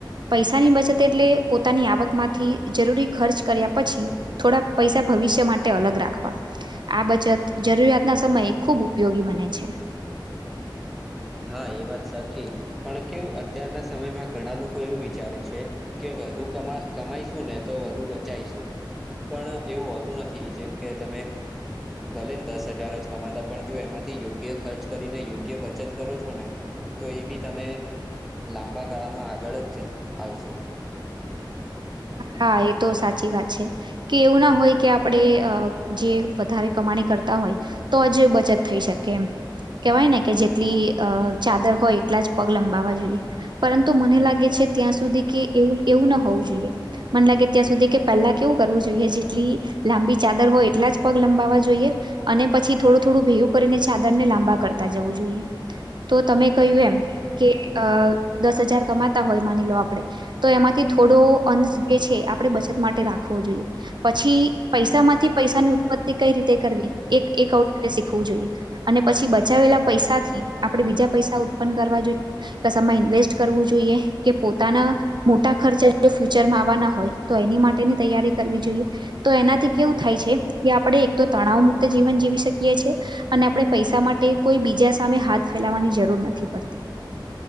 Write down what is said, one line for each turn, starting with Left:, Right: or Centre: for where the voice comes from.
Right: પૈસાની બચત એટલે પોતાની આવકમાંથી જરૂરી ખર્ચ કર્યા પછી થોડા પૈસા ભવિષ્ય માટે અલગ રાખવા આ બચત જરૂરિયાતના સમયે ખૂબ ઉપયોગી બને છે.
Centre: હા એ વાત સાચી પણ કેવું અત્યારના સમયમાં ઘણા લોકો એવું વિચારે છે કે વધુ કમા કમાઈશું ને તો વધુ બચાયશું પણ એવું હોતું નથી જેમ કે તમે ભલેને દસ હજાર જ કમાતા પણ જો એમાંથી યોગ્ય ખર્ચ કરીને યોગ્ય બચત કરો છો ને તો એ બી તમે લાંબા ગાળામાં આગળ જ આવશો
Right: હા એ તો સાચી વાત છે કે એવું ના હોય કે આપણે અ જે વધારે કમાણી કરતા હોય તો જ બચત થઈ શકે એમ કેવાય ને કે જેટલી અ ચાદર હોય એટલા જ પગ લંબાવવા જોઈએ પરંતુ મને લાગે છે ત્યાં સુધી કે એવું એવું ના હોવું જો મન લાગે ત્યાં સુધી કે પહેલા કેવું કરવું જોઈએ જેટલી લાંબી ચાદર હોય એટલા જ પગ લંબાવા જોઈએ અને પછી થોડું થોડું ભેગુ કરીને ચાદર ને લાંબા કરતા જવું જોઈએ તો તમે કહ્યું એમ કે અ દસ હજાર કમાતા હોય માની લો આપડે તો એમાંથી થોડો ફંડ જે છે આપણે બચત માટે રાખવો જોઈએ પછી પૈસા માંથી પૈસાની ઉત્પત્તિ કઈ રીતે કરવી એ એ <unintelligible> હોવું જોઈએ અને પછી બચાવેલા પૈસા થી આપડે બીજા પૈસા ઉત્પન્ન કરવા જોઈએ કસામાં ઇન્વેસ્ટ કરવું જોઈએ કે પોતાના મોટા ખર્ચા જો ફ્યુચરમાં આવવાના હોય તો એની માટેની તૈયારી કરવી જોઈએ તો એનાથી કેવું થાય છે કે આપડે એક તો તણાવ મુક્ત જીવન જીવી શકીએ છીએ અને આપણે પૈસા માટે કોઈ બીજા સામે હાથ ફેલાવાની જરૂર નથી પડતી